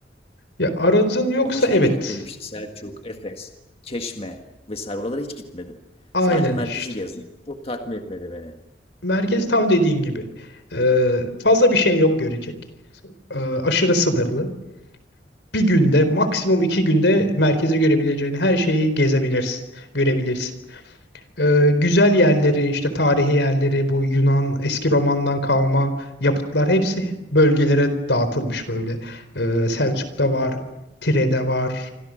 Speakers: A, on the left; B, on the left.
A: Ya aracın yoksa
B: Ama şeye
A: evet.
B: de gitmedim işte Selçuk, Efes, Çeşme vesaire oralara hiç gitmedim.
A: Aynen
B: Sadece merkezi
A: işte.
B: gezdim. Çok tatmin etmedi beni.
A: Merkez tam dediğin gibi. Ee, fazla bir şey yok görecek. Ee, aşırı sınırlı. Bir günde, maksimum iki günde merkezi görebileceğin her şeyi gezebilirsin, görebilirsin. Ee, güzel yerleri işte tarihi yerleri bu Yunan eski Roman'dan kalma yapıtlar hepsi bölgelere dağıtılmış böyle. Ee, Selçuk'ta var, Tire'de var,